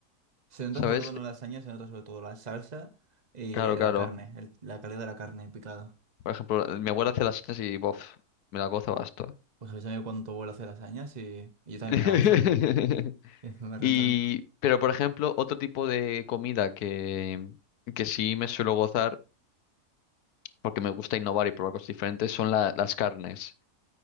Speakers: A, on the right; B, on the left.
A: Se nota
B: ¿sabes?
A: sobre todo en la lasaña, se nota sobre todo la salsa y
B: Claro,
A: eh, la
B: claro.
A: carne, el- la calidad de la carne picada.
B: Por ejemplo, mi abuela hace lasañas y, bof, me la gozo basto.
A: Pues avísame cuando vuelva a hacer lasañas y, y yo también
B: <laughs>
A: me la gozo. <laughs> Y eso me renta
B: Y,
A: a mí.
B: pero por ejemplo, otro tipo de comida que, que sí me suelo gozar, porque me gusta innovar y probar cosas diferentes, son la- las carnes.